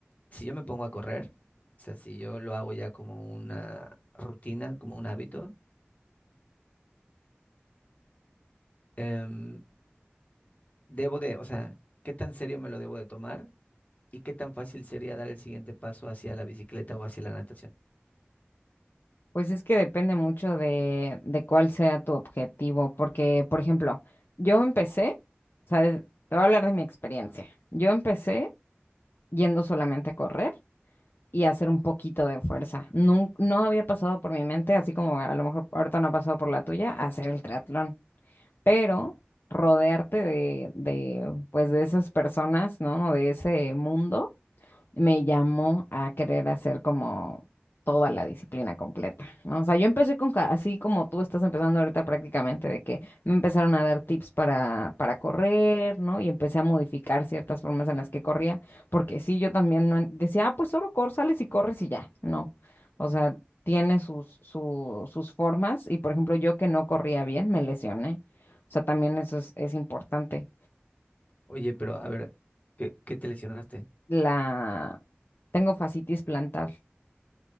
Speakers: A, on the left; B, on the left.
A: Si yo me pongo a correr, o sea, si yo lo hago ya como una rutina, como un hábito, em, debo de, o sea, ¿qué tan serio me lo debo de tomar? ¿Y qué tan fácil sería dar el siguiente paso hacia la bicicleta o hacia la natación?
B: Pues es que depende mucho de, de cuál sea tu objetivo, porque, por ejemplo, yo empecé, ¿sabes? Te voy a hablar de mi experiencia. Yo empecé yendo solamente a correr y hacer un poquito de fuerza. No, no había pasado por mi mente, así como a lo mejor ahorita no ha pasado por la tuya, hacer el triatlón, pero rodearte de, de, pues de esas personas, ¿no? De ese mundo me llamó a querer hacer como toda la disciplina completa, ¿no? O sea, yo empecé con, ca- así como tú estás empezando ahorita prácticamente, de que me empezaron a dar tips para, para correr, ¿no? Y empecé a modificar ciertas formas en las que corría, porque sí, yo también no en- decía, ah, pues solo cor, sales y corres y ya, no. O sea, tiene sus, su- sus formas y, por ejemplo, yo que no corría bien, me lesioné. O sea, también eso es, es importante.
A: Oye, pero a ver, ¿qué, qué te lesionaste?
B: La... Tengo fascitis plantar.